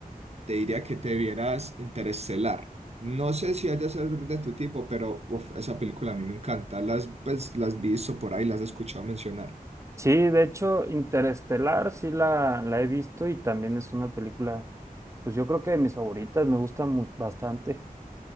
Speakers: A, on the right (about 45°); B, on the right (about 20°).
A: te diría que te vieras Interestelar. No sé si haya ser de tu tipo, pero uf, esa película a mí me encanta. Las, pues, las visto por ahí, las he escuchado mencionar.
B: Sí, de hecho, Interestelar sí la, la he visto y también es una película, pues yo creo que de mis favoritas, me gusta mu- bastante.